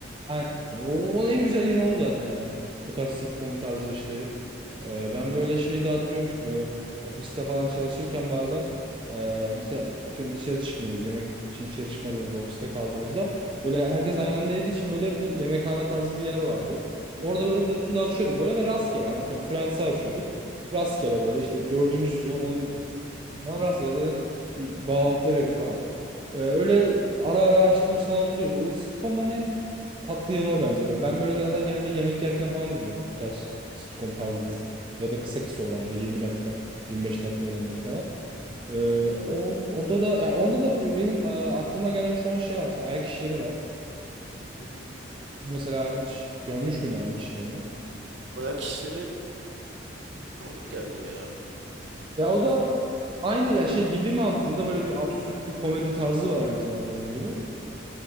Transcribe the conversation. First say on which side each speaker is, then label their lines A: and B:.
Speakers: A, on the right; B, on the right.
A: Aynen. O, onun en güzel yeri o zaten ya. Bu tarz sitcom tarzı işlerin. Ee, ben böyle şey de hatırlıyorum çünkü böyle ofiste falan çalışırken bazen e, mesela atıyorum dışarı çıkmıyoruz. Yemek için dışarı çıkmadığımızda ofiste kaldığımızda böyle herkes aynı anda yediği için böyle bir yemekhane tarzı bir yer vardı.
B: Hı
A: Orada
B: hı.
A: böyle televizyonu da açıyorduk böyle ve rastgele hani atıyorum Friends'i açıyorduk. Rastgele böyle işte dördüncü sezon on, on rastgele zaten bir bağlantıları yok falan. Ee, öyle ara ara açtığımız falan oluyordu. O sitcomların tatlı yanı o bence. Ben böyle genelde, genelde yemek yerken falan izliyorum. O tarz sitcom
B: Hı hı.
A: tarzı dizi. Ya da kısa kısa olanları 20 dakika 25 dakika olanları falan. Ee, o, onda da ya onda da benim e, aklıma gelen şu an şey var mesela ayak işleri var.
B: Hı hı.
A: Mesela hiç görmüş müydün ayak işlerini?
B: Ayak işleri Tanıdık geldi ya.
A: Ya
B: Niyeyse.
A: o da aynı ya şey gibi mantığında böyle bir absürt bir komedi tarzı var aynı zamanda onun gibi.